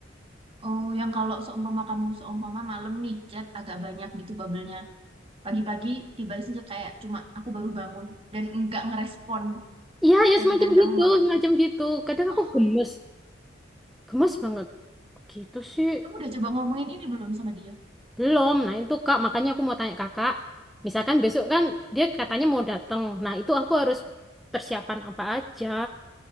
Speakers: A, on the right; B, in the centre.
A: Oh, yang kalau seumpama kamu seumpama malam nih chat agak banyak gitu bubble-nya. Pagi-pagi dibalas aja kayak cuma aku baru bangun dan enggak ngerespon
B: Iya, ya
A: chattingan
B: semacam
A: kamu
B: gitu,
A: malamnya.
B: semacam gitu. Kadang
A: Oh,
B: aku gemes,
A: my.
B: gemes banget. Gitu sih,
A: kamu udah coba ngomongin ini belum sama dia?
B: belum. Nah itu Kak, makanya aku mau tanya Kakak. Misalkan besok kan dia katanya mau datang. Nah itu aku harus persiapan apa aja,